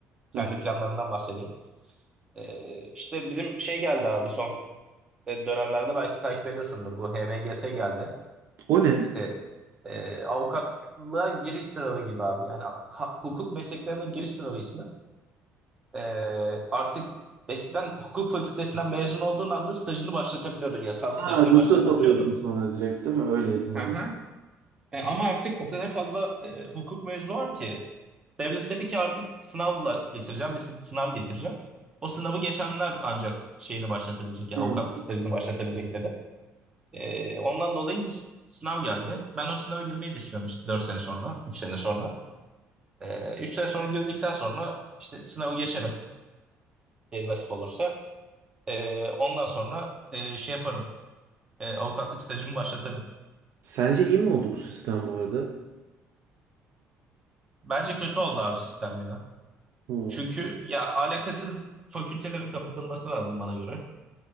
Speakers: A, on the right (about 20°); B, on the right (about 55°).
A: Kendi
B: Hı hı.
A: planlarımdan bahsedeyim. E, işte bizim şey geldi abi son e, dönemlerde belki takip ediyorsundur. Bu HMGS geldi.
B: O ne?
A: İşte e, avukatlığa giriş sınavı gibi abi. Yani ha- hukuk mesleklerine giriş sınavı ismi. E, artık eskiden hukuk fakültesinden mezun olduğun anda stajını başlatabiliyordun. Yasal stajını
B: Ha, ruhsat
A: başlatabiliyordun.
B: alıyordun sonra direkt değil mi? Öyleydi normal.
A: Aha. E, ama artık o kadar fazla e, hukuk mezunu var ki devlet dedi ki artık sınavla getireceğim bir sı- sınav getireceğim. O sınavı geçenler ancak şeyini başlatabilecek yani
B: Hmm.
A: avukatlık stajını başlatabilecek dedi. Ee, ondan dolayı bir sınav geldi. Ben o sınava girmeyi düşünüyorum işte 4 sene sonra, 3 sene sonra. Ee, 3 sene sonra girdikten sonra işte sınavı geçerim e, nasip olursa. Ee, ondan sonra e, şey yaparım, e, avukatlık stajımı başlatırım.
B: Sence iyi mi oldu bu sistem bu arada?
A: Bence kötü oldu abi sistem ya.
B: Hmm.
A: Çünkü ya alakasız fakültelerin kapatılması lazım bana göre.